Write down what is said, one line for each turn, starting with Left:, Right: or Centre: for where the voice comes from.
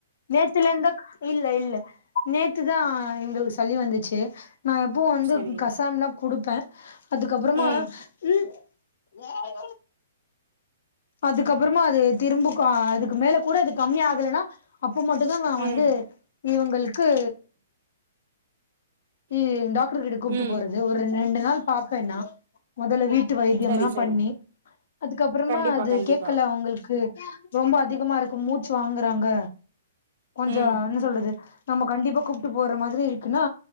Left: நேத்துலர்ந்து இல்ல இல்ல நேத்துதா எங்களுக்கு சளி வந்துச்சு நா எப்பவு வந்து
Right: சரி
Left: கசாம்ல்லா குடுப்பே அதுக்கப்பறமா
Right: ம்
Left: உம் அதுக்கப்பறமா அது திரும்ப அதுக்கு மேல கூட அது கம்மி ஆகலன்னா அப்போ மட்டுதா நா
Right: ம்
Left: வந்து இவங்களுக்கு இ டாக்டர் கிட்ட கூப்ட்டு
Right: ம்
Left: போறது ஒரு ரெண்டு நாள் பாப்பே நா மொதல்ல வீட்டு வைத்தியல்லா
Right: சரி சரி.
Left: பண்ணி அதுக்கப்பறமா
Right: கண்டிப்பா
Left: அது
Right: கண்டிப்பா.
Left: கேக்கல அவங்களுக்கு ரொம்ப அதிகமா இருக்கு மூச்சு வாங்குறாங்க கொஞ்ச
Right: ம்
Left: என்ன சொல்றது நம்ம கண்டிப்பா கூப்ட்டு போற மாதிரி இருக்குன்னா